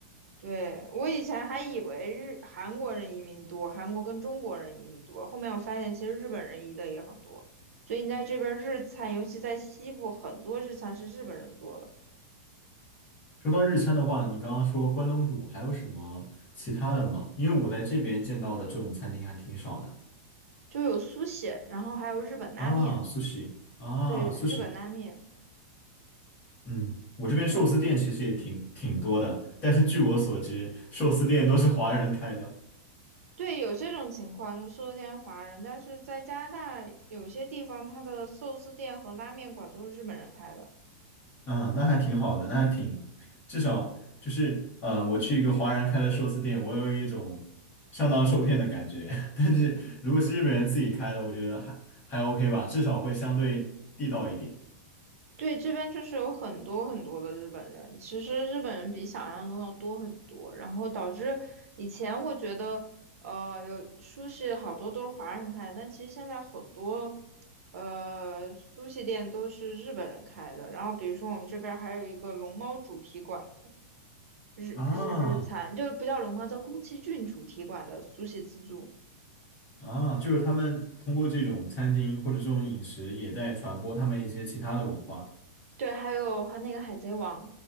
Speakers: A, on the right (about 70°); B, on the left (about 20°).
A: 对，我以前还以为日韩国人移民多，韩国跟中国人移民多，后面我发现其实日本人移的也很多，所以你在这边儿日餐，尤其在西部，很多日餐是日本人做的，
B: 说到日餐的话，你刚刚说关东煮，还有什么其他的吗？因为我在这边见到的这种餐厅还挺少的
A: 就有苏写，然后还有日本拉面，
B: 啊 s u 啊
A: 对，日本拉面，
B: s u 嗯，我这边寿司店其实也挺挺多的，但是据我所知，寿司店都是华人开的。
A: 对，有这种情况，就寿司店华人，但是在加拿大有些地方，它的寿司店和拉面馆都是日本人开的。
B: 啊，那还挺好的，那还挺，至少就是呃，我去一个华人开的寿司店，我有一种上当受骗的感觉。<laughs> 但是如果是日本人自己开的，我觉得还还 OK 吧，至少会相对地道一点。
A: 对，这边就是有很多很多的日本人，其实日本人比想象中要多很多，然后导致以前我觉得，呃，有苏式好多都是华人开的，但其实现在很多，呃，苏式店都是日本人开的。然后比如说我们这边还有一个龙猫主题馆的日日日餐，
B: 啊
A: 就不叫龙猫，叫宫崎骏主题馆的苏式自助。
B: 啊，就是他们通过这种餐厅或者这种饮食，也在传播他们一些其他的文化。
A: 对，还有和那个《海贼王》，